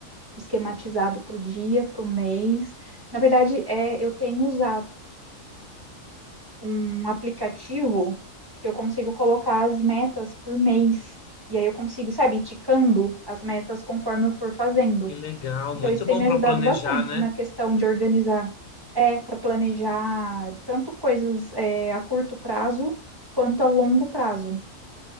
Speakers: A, on the right; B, on the left.
A: esquematizado pro dia, pro mês. Na verdade, é, eu tenho usado um aplicativo que eu consigo colocar as metas por mês. E aí eu consigo, sabe, ticando as metas conforme eu for fazendo.
B: Que legal,
A: Então
B: muito
A: isso tem
B: bom
A: me
B: para
A: ajudado
B: planejar,
A: bastante
B: né?
A: na questão de organizar, é, para planejar tanto coisas é, a curto prazo quanto a longo prazo.